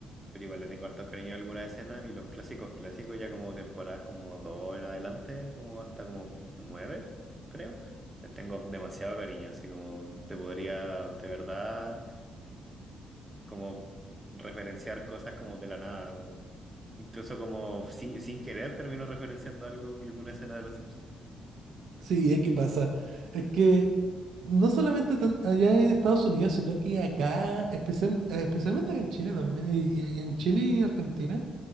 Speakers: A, on the right (about 20°); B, on the right (about 75°).
A: Pero igual le tengo harto cariño a alguna escena y los clásicos clásicos ya como temporadas como dos en adelante, como hasta como nueve, creo. Les tengo demasiado cariño, así como te podría de verdad como referenciar cosas como de la nada, como incluso como sin, sin querer termino referenciando algo, alguna escena de Los Simpsons.
B: Sí, es que pasa. Es que no solamente tan- allá en Estados Unidos, sino que acá, especial, eh, especialmente acá en Chile también, y, y en Chile y Argentina,